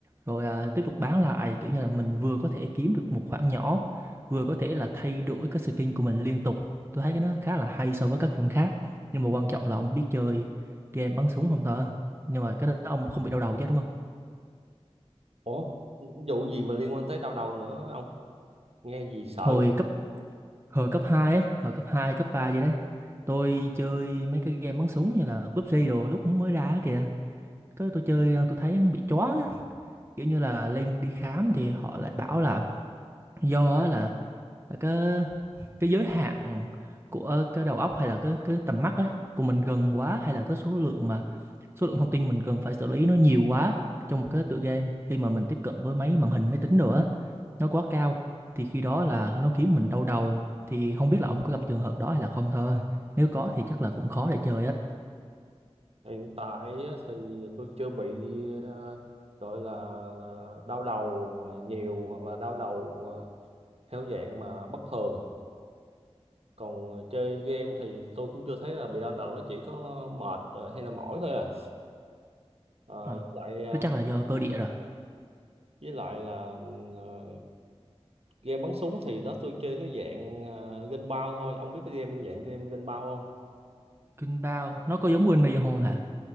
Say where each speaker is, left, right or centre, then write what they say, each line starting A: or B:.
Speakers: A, on the right; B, on the right.
A: rồi à, tiếp tục bán lại kiểu như là mình vừa có thể kiếm được một khoản nhỏ vừa có thể là thay đổi cái skin của mình liên tục tôi thấy cái nó khá là hay so với các game khác nhưng mà quan trọng là ông biết chơi game bắn súng không thôi nhưng mà cái đó ông không bị đau đầu chứ đúng không
B: Ủa, vụ gì mà liên quan tới đau đầu nữa ông? Nghe gì sợ
A: hồi
B: vậy?
A: cấp hồi cấp hai, ấy hồi cấp 2, cấp 3 vậy đấy tôi chơi mấy cái game bắn súng như là PUBG đồ lúc mới ra á kìa cái tôi chơi tôi thấy nó bị choáng á. kiểu như là linh đi khám thì họ lại bảo là do á là, là cái cái giới hạn của cái đầu óc hay là cái cái tầm mắt ấy của mình gần quá hay là cái số lượng mà số lượng thông tin mình cần phải xử lý nó nhiều quá trong một cái tựa game khi mà mình tiếp cận với máy màn hình máy tính đồ á nó quá cao thì khi đó là nó khiến mình đau đầu thì không biết là ông có gặp trường hợp đó hay là không thôi nếu có thì chắc là cũng khó để chơi á
B: Hiện tại á thì tôi chưa bị ờ, gọi là, là đau đầu nhiều hoặc là đau đầu ờ, theo dạng mà bất thường còn ờ, chơi game thì tôi cũng chưa thấy là bị đau đầu nó chỉ có mệt ờ, hay là mỏi thôi à Ờ,
A: Ờ,
B: với lại à,
A: Thế chắc là do cơ địa rồi
B: với lại là ừm, ờ, game bắn súng thì đó tôi chơi cái dạng ờ, game bao thôi ông biết cái game dạng game game bao không
A: kinh bao nó có giống Winnie không hả